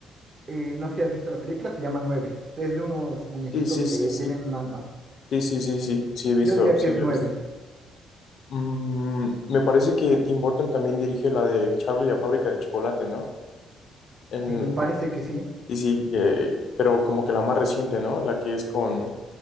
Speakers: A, on the right (about 45°); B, on the left (about 65°).
A: eh, no sé si has visto la película, se llama Nueve. Es de unos muñequitos
B: Sí, sí,
A: que
B: sí, sí.
A: tienen un alma.
B: Sí, sí, sí, sí. Sí, he visto.
A: Yo diría
B: Sí,
A: que es
B: lo
A: Nueve.
B: he visto. Mm, me parece que Tim Burton también dirigió la de Charlie y la fábrica de chocolate, ¿no? En-
A: Eh, me parece que sí.
B: sí, sí, eh, pero como que la más reciente, ¿no? La que es con